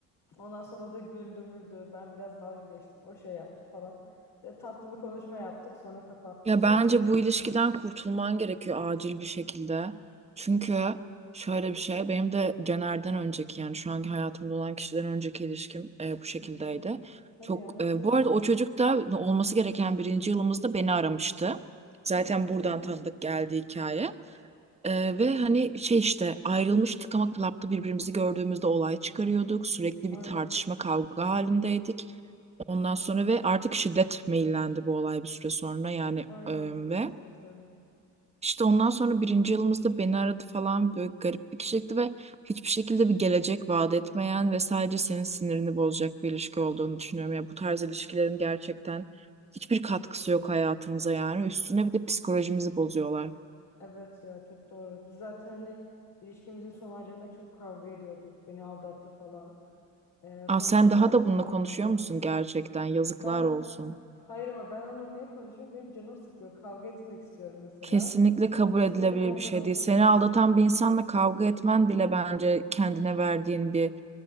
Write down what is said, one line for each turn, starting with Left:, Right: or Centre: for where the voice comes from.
Left: Ondan sonra o da güldü müldü ben biraz dalga geçtim o şey yaptı falan. E, tatlı bir konuşma yaptık sonra kapattık
Right: Ya
Left: telefonu.
Right: bence bu ilişkiden kurtulman gerekiyor acil bir şekilde. Çünkü şöyle bir şey benim de Caner'den önceki yani şu anki hayatımda olan kişiden önceki ilişkim e, bu şekildeydi.
Left: Hı hı. Hadi
Right: Çok
Left: ya nasıl?
Right: e, bu arada o çocuk da olması gereken birinci yılımızda beni aramıştı. Zaten
Left: Hmm.
Right: buradan tanıdık geldi hikaye. Ee, ve hani şey işte ayrılmıştık ama klapta birbirimizi gördüğümüzde olay çıkarıyorduk. Sürekli bir
Left: Ay
Right: tartışma kavga halindeydik. Ondan sonra ve artık şiddet meyillendi bu olay bir süre sonra yani
Left: ay
Right: e,
Left: çok
Right: ve
Left: sıkıntı.
Right: işte ondan sonra birinci yılımızda beni aradı falan böyle garip bir kişilikti ve hiçbir şekilde bir gelecek vaat etmeyen ve sadece senin sinirini bozacak bir ilişki olduğunu düşünüyorum. Ya bu tarz ilişkilerin gerçekten hiçbir katkısı yok hayatımıza yani üstüne bir de psikolojimizi bozuyorlar.
Left: Evet ya çok doğru. Biz zaten hani ilişkimizin son aylarında çok kavga ediyorduk. Beni aldattı falan. Ee,
Right: Aa,
Left: sonrasında
Right: sen daha
Left: ben zaten
Right: da bununla
Left: ayrıldım.
Right: konuşuyor musun gerçekten? Yazıklar
Left: Ben
Right: olsun.
Left: hayır ama ben onunla niye konuşuyorum? Benim canım sıkılıyor. Kavga etmek istiyorum mesela.
Right: Kesinlikle kabul
Left: Sinirimi
Right: edilebilir
Left: ondan
Right: bir şey
Left: atıyorum.
Right: değil. Seni aldatan bir insanla kavga etmen bile bence kendine verdiğin bir,